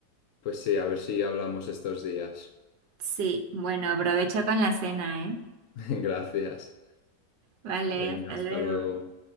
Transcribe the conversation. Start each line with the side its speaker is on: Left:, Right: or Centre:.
Left: Pues sí, a ver si hablamos estos días.
Right: Sí, bueno, aprovecha con la cena, ¿eh?
Left: <laughs> Gracias.
Right: Vale,
Left: Venga,
Right: hasta
Left: hasta
Right: luego.
Left: luego.